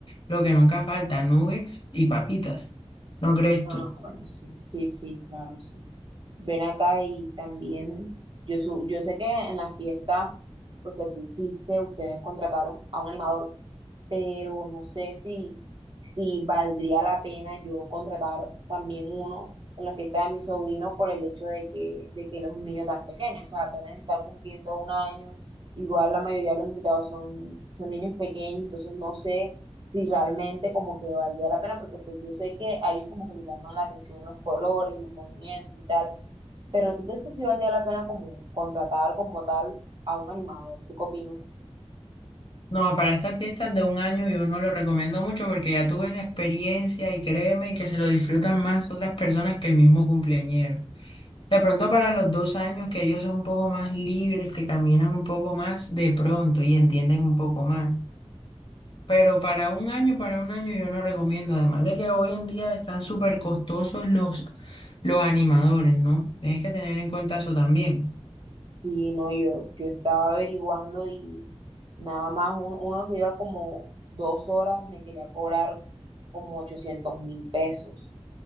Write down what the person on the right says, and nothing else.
Ah,
bueno, sí, sí, sí, claro, sí. Ven acá y también, yo, su- yo sé que en la fiesta, pues que tú hiciste, ustedes contrataron a un animador, pero no sé si, si valdría la pena yo contratar también uno en la fiesta de mi sobrino por el hecho de que, de que él es un niño tan pequeño, o sea, apenas está cumpliendo un año, igual la mayoría de los invitados son, son niños pequeños, entonces no sé si realmente como que valdría la pena, porque pues yo sé que a ellos como que les llaman la atención los colores y los movimientos y tal, pero ¿tú crees que sí valdría la pena como contratar como tal a un animador? ¿Tú qué opinas?
Sí, no, yo, yo estaba averiguando y nada más un- uno que iba como dos horas me quería cobrar como ochocientos mil pesos.